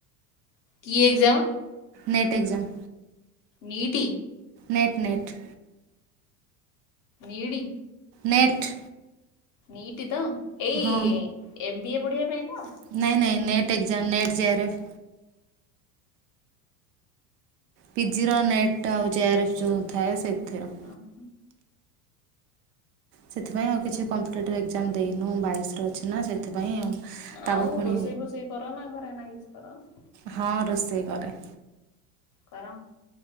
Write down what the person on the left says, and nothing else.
କି ଏକ୍ଜାମ୍?
ନିଟି।
ନିଡ଼ି
ନିଟ୍ ତ ଏଇ
ଏମ ବି ଏ ପଢିବା ପାଇଁ ତ?
ଓହ।
ଆଉ
ରୋଷେଇ ଫୋଷେଇ କର ନା ଘରେ ନା କିଛି କରନି।
କର